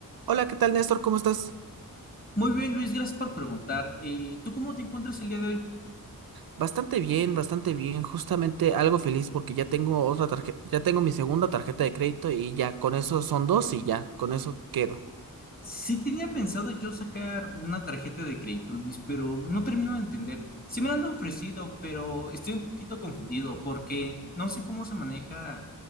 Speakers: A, on the right (about 80°); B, on the left (about 25°).
A: Hola, ¿qué tal, Néstor? ¿Cómo estás?
B: Muy bien, Luis, gracias por preguntar. El, ¿tú cómo te encuentras el día de hoy?
A: Bastante bien, bastante bien. Justamente algo feliz porque ya tengo otra tarjeta, ya tengo mi segunda tarjeta de crédito y ya con eso son dos y ya, con eso quedo.
B: Sí tenía pensado yo sacar una tarjeta de crédito, Luis, pero no termino de entender. Sí me la han ofrecido, pero estoy un poquito confundido porque no sé cómo se maneja